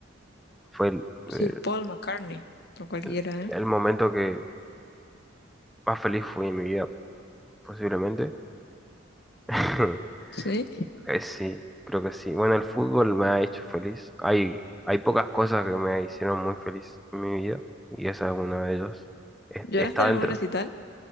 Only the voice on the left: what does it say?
Sir Paul McCartney, o cualquiera,
¿eh?
¿Sí?
¿Lloraste
en
algún recital?